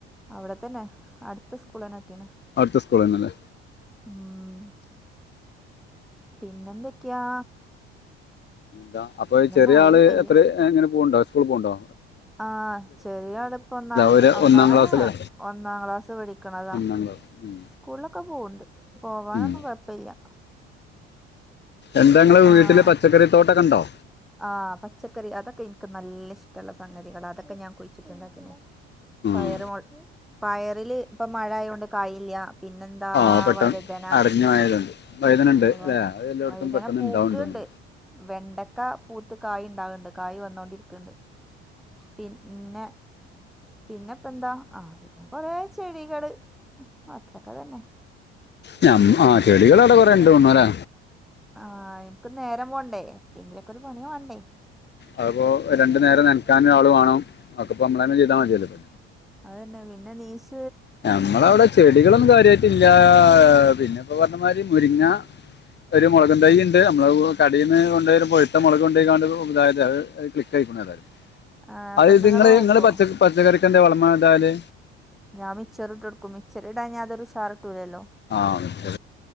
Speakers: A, in the centre; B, on the left (about 35°).
A: അവിടെ തന്നെ അടുത്തെ സ്കൂളെന്നെ കിട്ടീണ്
B: അടുത്ത സ്കൂളിൽ നിന്നല്ലേ
A: ഉം പിന്നെന്തൊക്ക്യാ
B: <unintelligible> അപ്പൊ ചെറിയാള്
A: മഴയും പെയ്യും
B: എത്രെ ഇങ്ങനെ പോവ്ണ്ടോ സ്കൂൾ പോവ്ണ്ടോ
A: ആഹ് ചെറിയ ആളിപ്പൊന്ന
B: ഒരു
A: ഒന്നാ
B: ഒന്നാം ക്ലാസ് അല്ലേ
A: ഒന്നാം ക്ലാസ്സ് പഠിക്കണതാ.
B: ഒന്നാം ക്ലാസ് ഉം.
A: സ്കൂളിലൊക്കെ പോവ്ണ്ട് പോവാനൊന്നും
B: ഉം.
A: കൊഴ്പ്പല്ല്യ
B: എന്താ ഇങ്ങളെ
A: ആഹ്
B: വീട്ടില് പച്ചക്കറി തോട്ടൊക്കെ ഇണ്ടോ
A: ആഹ് പച്ചക്കറി അതൊക്കെ ഇൻക്ക് നല്ല ഇഷ്ട്ടള്ള സംഗതികളാ അതൊക്കെ ഞാൻ കുഴിച്ചിട്ട്ണ്ടാക്കിന്.
B: ഉം.
A: പയറ് മൊൾ, പയറില് ഇപ്പ മഴായോണ്ട് കായില്ല. പിന്നെന്താ
B: ആ പെട്ടെന്ന്
A: വഴുതന
B: അടഞ്ഞു ആയതുണ്ട് വൈദനുണ്ട്
A: ആഹ് വ
B: അല്ലേ അത് എല്ലായിടത്തും
A: വഴുതന
B: പെട്ടെന്ന്
A: പൂക്ക്ണ്ട്.
B: ഉണ്ടാവുന്നുണ്ടോ
A: വെണ്ട ക്കാ പൂത്ത് കായി ഇണ്ടാവ്ണ്ട്, കായി വന്നോണ്ടിരിക്ണ്ട്. പിന്നെ പിന്നെ ഇപ്പെന്താ, ആഹ് പിന്നെ കൊറേ ചെടികള് അത്രൊക്കെ തന്നെ
B: ഞമ് ആഹ് ചെടികള് അവ്ടെ കൊറേ ണ്ട് തോന്ന്ണു ല്ലേ.
A: ആഹ എന്ക്ക് നേരം പോണ്ടേ പണി വേണ്ടെ
B: അതിപ്പോൾ രണ്ട് നേരം നനക്കാൻ ഒരാളെ വേണം അതൊക്കെ ഇപ്പൊ നമ്മള് തന്നെ ചെയ്താൽ മതിയല്ലൊ പ
A: അത്തന്നെ പിന്നെ നീശ
B: നമ്മളവിടെ ചെടികളൊന്നും കാര്യമായിട്ടില്ല പിന്നെ ഇപ്പോൊ പറഞ്ഞമാതിരി മുരിങ്ങ ഒരു മുളകും തൈ ഉണ്ട് നമ്മള് കടയിൽന്ന് കൊണ്ടും പൊഴുത്ത മുളക് കൊണ്ടണ്ട് അത് ക്ലിക്കയില്ല
A: ആ
B: അത്ത്
A: പെണ്ണുങ്ങൾ
B: നിങ്ങള്
A: നോക്കുമോ
B: നിങ്ങള് പ പച്ചക്കറിക്കന്റെ വളമതാല്
A: ഞാൻ മിച്ചറി ഇട്ട എടുക്കും മിച്ചറി ഇടാൻ തൊരുഷർട്ടൂല്ലല്ലോ
B: ആഹ